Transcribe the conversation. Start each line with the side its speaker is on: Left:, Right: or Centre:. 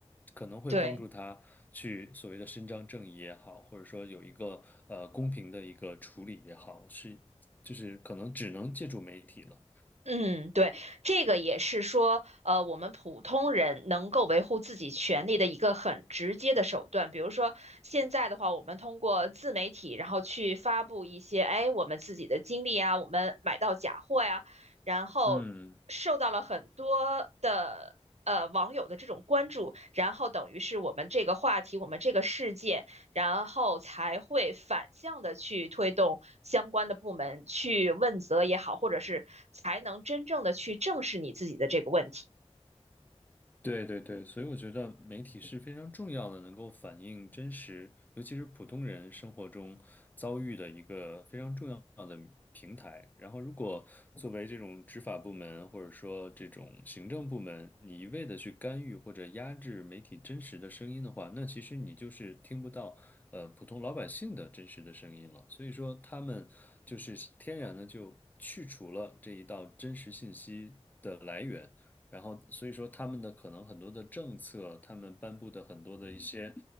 Left: 可能会帮助他去所谓的伸张正义也好，
Right: 对。
Left: 或者说有一个呃公平的一个处理也好，是就是可能只能借助媒体了。
Right: 嗯，对，这个也是说，呃，我们普通人能够维护自己权利的一个很直接的手段。比如说，现在的话，我们通过自媒体，然后去发布一些，哎，我们自己的经历啊，我们买到假货呀，然后受到了很多的呃网友的这种关注，
Left: 嗯。
Right: 然后等于是我们这个话题，我们这个世界。然后才会反向的去推动相关的部门去问责也好，或者是才能真正的去正视你自己的这个问题。
Left: 对对对，所以我觉得媒体是非常重要的，能够反映真实，尤其是普通人生活中遭遇的一个非常重要的平台。然后，如果作为这种执法部门或者说这种行政部门，你一味的去干预或者压制媒体真实的声音的话，那其实你就是听不到呃普通老百姓的真实的声音了。所以说，他们就是天然的就去除了这一道真实信息的来源。然后所以说他们的可能很多的政策，他们颁布的很多的一些